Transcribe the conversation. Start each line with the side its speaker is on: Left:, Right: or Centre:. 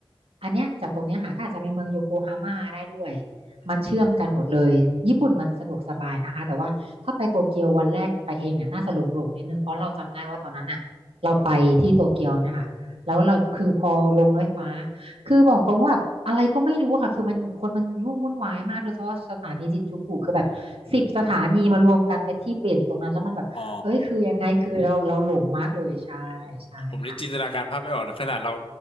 Right: อันเนี้ยจากตรงเนี้ยค่ะก็อาจจะไปเมืองโยโกฮาม่าได้ด้วย
Left: อืม
Right: มันเชื่อมกันหมดเลยญี่ปุ่นมันสะดวกสบายนะคะแต่ว่าถ้าไปโตเกียววันแรกไปเองเนี่ยน่าจะหลงๆนิดนึงเพราะเราจำได้ว่าตอนนั้นน่ะเราไปที่โตเกียวนะคะแล้วเราคือพอลงรถไฟฟ้า คือบอกตรงว่าแบบอะไรก็ไม่รู้อะค่ะคือมันคนมันยุ่งวุ่นวายมากโดยเฉพาะสถานีจินจูกุคือแบบสิบสถานีมารวมกันเป็นที่เปลี่ยนอยู่ตรงนั้นแล้วมันแบบเอ้ยคือยังไงคือเราเราหลงมากเลยใช่
Left: อ๋อ อืมผมเลยจินตนาการภาพไม่ออกเลยขนาดเรา
Right: ใช่ค่ะ